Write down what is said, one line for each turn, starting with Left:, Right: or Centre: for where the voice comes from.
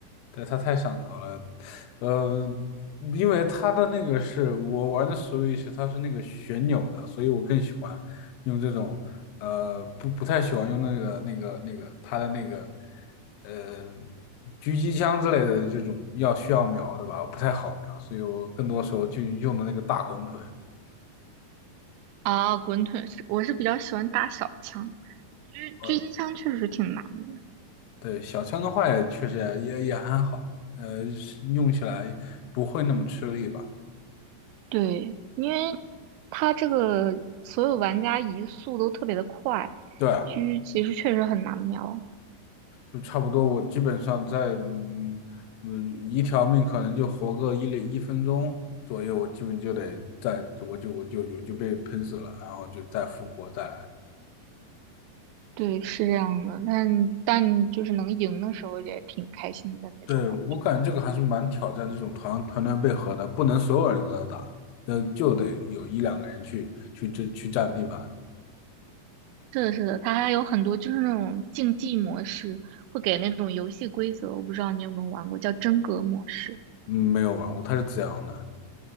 Left: 对，它太上头了，呃，因为它的那个是我玩的 Switch，它是那个旋钮的，所以我更喜欢用这种，呃，不不太喜欢用那个那个那个它的那个，呃，狙击枪之类的这种要需要瞄的吧，不太好瞄，所以我更多时候就用的那个大滚筒。
Right: 啊，滚腿是，我是比较喜欢打小枪，狙狙击枪确实挺难的。
Left: 哦对，小枪的话也确实也也也还好，呃，是用起来不会那么吃力吧？
Right: 对，因为它这个所有玩家移速都特别的快，
Left: 对啊
Right: 狙其实确实很难瞄。
Left: 就差不多。我基本上在嗯嗯一条命可能就活个一一分钟左右，我基本就得再我就我就我就被喷死了，然后就再复活再来。
Right: 对，是这样的，但但就是能赢的时候也挺开心的那种感觉。
Left: 对，我感觉这个还是蛮挑战这种团团队配合的，不能所有人都在打，呃，就得有一两个人去去这去占地盘。
Right: 是的，是的，它还有很多就是那种竞技模式，会给那种游戏规则，我不知道你有没有玩过，叫真格模式。
Left: 嗯，没有玩过，他是怎样的？